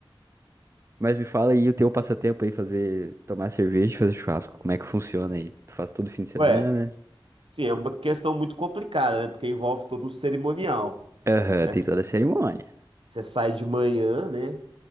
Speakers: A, on the right; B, on the right.
A: Mas me fala aí o teu passatempo aí, fazer, tomar cerveja e fazer churrasco. Como é que funciona aí? Tu faz todo fim de semana?
B: Ué, sim, é uma questão muito complicada, né? Porque envolve todo o cerimonial,
A: Aham,
B: né?
A: tem toda a cerimônia.
B: Você sai de manhã, né?